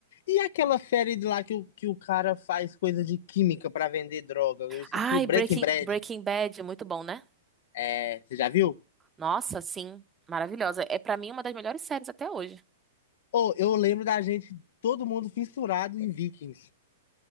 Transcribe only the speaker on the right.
Ai,
Breaking,
Breaking Bad, muito bom, né?
Nossa, sim, maravilhosa. É pra mim uma das melhores séries até hoje.